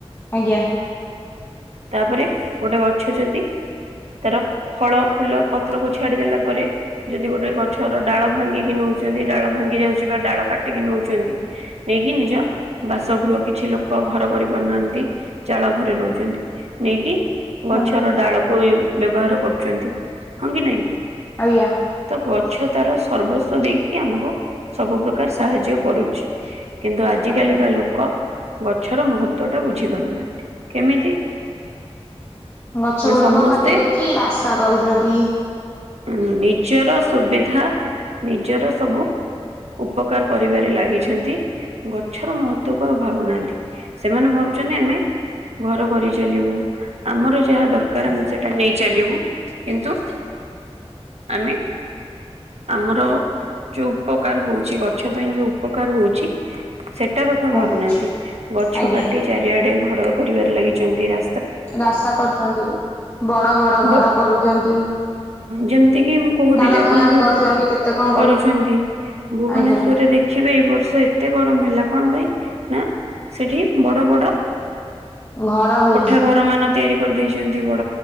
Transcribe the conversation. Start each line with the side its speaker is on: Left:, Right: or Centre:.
Left: ଆଜ୍ଞା।
Right: ତାପରେ ଗୋଟେ ଗଛ ଯଦି ତାର ଫଳ ଫୁଲ ପତ୍ରକୁ ଛାଡିଦେଲା ପରେ ଯଦି ଗୋଟେ ଗଛର ଡାଳ ଭାଙ୍ଗିକି ନୋଉ ଯଦି ଡାଳ ଭାଙ୍ଗି ଯାଉଛି ବା ଡାଳ କାଟିକି ନୋଉଚନ୍ତି ନେଇକି ନିଜ ବାସଗୃହ କିଛି ଲୋକ ଘର କରି ପାରୁନାହାନ୍ତି ଜାଳ ଘରେ ରହୁଚନ୍ତି ନେଇକି ଗଛର
Left: ଆଜ୍ଞା
Right: ଡାଳକୁ ୟୁ ବ୍ୟବହାର କରୁଚନ୍ତି ହଁ କି ନାହିଁ।
Left: ଆଜ୍ଞା
Right: ତ ଗଛ ତାର ସର୍ବସ୍ୱ ଦେଇକି କି ଆମକୁ ସବୁ ପ୍ରକାର ସାହାଯ୍ୟ କରୁଛି। କିନ୍ତୁ ଆଜିକାଲିକା
Left: ଆଜ୍ଞା
Right: ଲୋକ। ଗଛର ମହତ୍ତ୍ଵ ଟା ବୁଝିପାରୁନାହାନ୍ତି କେମିତି।
Left: ଗଛ
Right: ନା
Left: ଗୁଡ଼ିକ
Right: ସମସ୍ତେ
Left: କାଟି ଦେଇକି ରାସ୍ତା କରୁଚନ୍ତି।
Right: ଉଁ ନିଜର ସୁବିଧା ନି ନିଜର ସବୁ। ଉପକାର କରିବାରେ ଲାଗିଛନ୍ତି। ଗଛର ମହତ୍ତ୍ଵ କୁ ଆଉ ଭାବୁନାହାନ୍ତି ସେମାନେ ଭାବୁଛନ୍ତି ଆମେ ଘର କରିଚାଲିବୁ ଆମର ଯାହା ଦରକାର ଆମେ ସେଟା ନେଇ ଚାଲିବୁ। କିନ୍ତୁ ଆମେ ଆମର ଯୋଉ ଉପକାର ହଉଛି ଗଛ ପାଇଁ ଯୋଉ ଉପକାର ହଉଛି ସେଟା କଥା ଭାବୁନାହାନ୍ତି
Left: ଆଜ୍ଞା
Right: ଗଛ
Left: ଆଜ୍ଞା
Right: କାଟି ଚାରିଆଡେ ଘର <unintelligible> କରିବାରେ ଲାଗିଛନ୍ତି ରା
Left: ରାସ୍ତା କରୁଛନ୍ତି, ବଡ ବଡ ଘର
Right: ବ
Left: କରୁଛନ୍ତି।
Right: ଯେମିତି କିି ମୁଁ କହୁଥିଲି
Left: କାରଖାନା
Right: ଆପଣଙ୍କୁ
Left: ବି କରୁଛନ୍ତି
Right: ଭୁ
Left: କେତେ କଣ
Right: କରୁଛନ୍ତି, ଭୁବନେଶ୍ଵରରେ
Left: ଆଜ୍ଞା
Right: ଦେଖିବେ ଏଇ ବର୍ଷ ଏତେ ଗରମ। <unintelligible> ହେଲା, କଣ ପାଇଁ ନା ସେଠି ବଡ ବଡ
Left: ଘର ହେଇଛି।
Right: କୋଠା ଘର ମାନ ତିଆରି କରିଦେଇଛନ୍ତି ବଟ୍